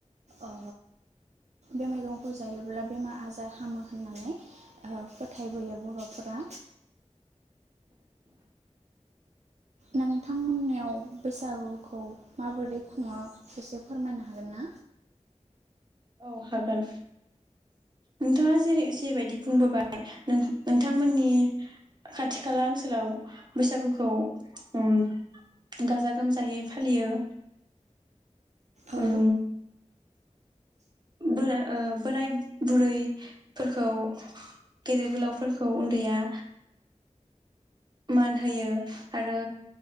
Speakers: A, on the right; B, on the right.
A: ओ बे मैगंखौ जायोबोला बेमार आजार हामो होननानै ओ फोथायबोयो बर'फोरा नोंथांमोननियाव बैसागुखौ माबोरै खुङो एसे फोरमायनो हागोनना?
B: औ हागोन नोंथाङा जेरै जेबायदि बुंबोबाय नों नोंथांमोननि खाथि खाला ओनसोलाव बैसागुखौ उम्म गाजा गोमजायै फालियो।
A: औ।
B: उम बोरा ओ बोराय बुरै फोरखौ गेदेर गोलावफोरखौ उन्दैया मान होयो आरो